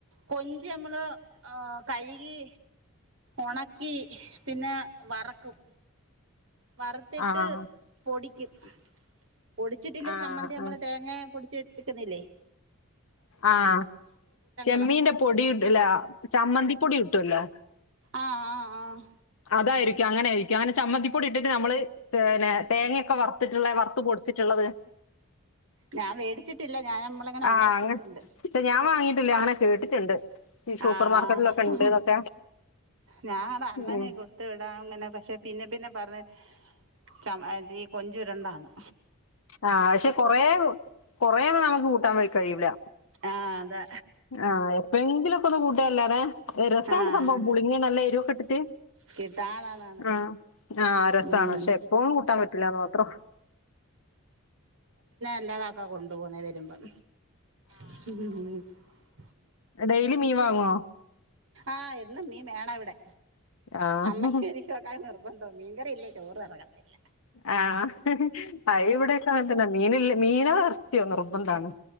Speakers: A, on the right (about 60°); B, on the left (about 65°).
A: കൊ നമ്മള് കഴുകി ഒണക്കി പിന്നെ വറക്കും വറത്തിട്ട്
B: ആഹ്
A: പൊടി കും പൊടിച്ചിട്ടില്ല
B: ആഹ്
A: ചമ്മന്തി നമ്മള്
B: ആഹ്
A: തേങ്ങല്ലാം പൊ ച്ച് വച്ചിക്കുന്നില്ലേ
B: ആഹ് ചെമ്മീന്റെ
A: എളക്കുവോ
B: പൊടിട്ടുല്ല ചമ്മന്തി പൊടി കിട്ടുവല്ലോ
A: ആഹ് ആഹ് ആഹ്
B: അതായിരിക്കും അങ്ങനെയിരിക്കും അങ്ങനെ ചമ്മന്തിപ്പൊടി ഇട്ടിട്ട് നമ്മള്ന്നെ തേങ്ങയൊക്കെ വറത്തിട്ടുള്ള വറുത്ത് പൊടിച്ചിട്ടുള്ളത്
A: ഞാൻ വേടിച്ചിട്ടില്ല ഞാൻ മ്മളങ്ങനെ
B: ആഹ്
A: ഒണ്ടാക്കിട്ടുണ്ട്
B: അങ്ങ പക്ഷെ ഞാൻ വാങ്ങിയിട്ടില്ല അങ്ങനെ കേട്ടിട്ടുണ്ട് ഈ സൂപ്പർ
A: ആഹ്
B: മാർക്കറ്റിലൊക്കെ ഇണ്ട്ന്നൊക്കെ
A: ഞാടാ അണ്ണനെ
B: ഉം
A: കൊട്ത്തുവിടാം ങ്ങനെ പക്ഷെ പിന്നെ പിന്നെ പറ <unintelligible> കൊഞ്ച് ഇടണ്ടാന്ന്
B: ആഹ് ക്ഷെ കൊറേന്നും കൊറേന്നും നമുക്ക് കൂട്ടാൻ വെക് കഴിയൂല
A: ആ അതെ
B: ആഹ് എപ്പഴങ്കിലൊക്കെ ഒന്ന് കൂട്ടല്ലാതെ രസ്സാണ്
A: ആഹ്
B: സംഭോം പുളിങ്ങ നല്ല എരിവൊക്കെ ഇട്ടിട്ട്
A: കിട്ടാതാന്നാണ്
B: ആ ആ ആഹ് രസ്സാണ്
A: ഉം
B: പക്ഷെ എപ്പോഴും കൂട്ടാൻ പറ്റുലാന്നു പറ <unintelligible>
A: <unintelligible> കൊണ്ടു പോന്നേ വരുമ്പം <unintelligible>
B: ഡെയ്ലി മീൻ വാങ്ങോ
A: ആഹ് എന്നും മീൻ വേണം ഇവിടെ
B: ആഹ്
A: അമ്മയ്ക്ക് എനിക്കോഒക്കെ അത് നിർ <unintelligible> മീൻകറി ഇല്ലേ ചോറും എറങ്ങത്തില്ല
B: ആഹ് ആ ഇവിടേക്കെ അങ്ങനെ തന്നാ മീനില്ലേ മീനോ എറച്ചിയോ നിർബന്താണ്